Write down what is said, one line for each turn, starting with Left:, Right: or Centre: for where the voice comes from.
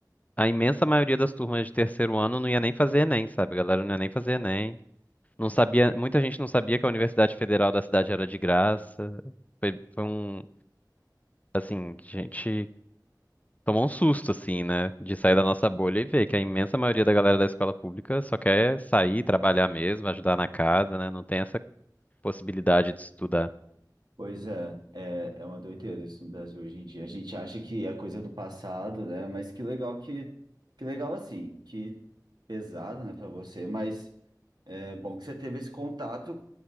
Left: a imensa maioria das turmas de terceiro ano não ia nem fazer Enem, sabe? A galera não ia nem fazer Enem. Não sabia, muita gente não sabia que a Universidade Federal da cidade era de graça. Foi, foi um, assim, gente. tomou um susto, assim, né? De sair da nossa bolha e ver que a imensa maioria da galera da escola pública só quer sair, trabalhar mesmo, ajudar na casa, né? Não tem essa possibilidade de estudar.
Right: Pois é, é, é uma doideira isso no Brasil hoje em dia. A gente acha que é coisa do passado, né? Mas que legal que, que legal assim, que pesado, né, para você, mas é bom que você teve esse contato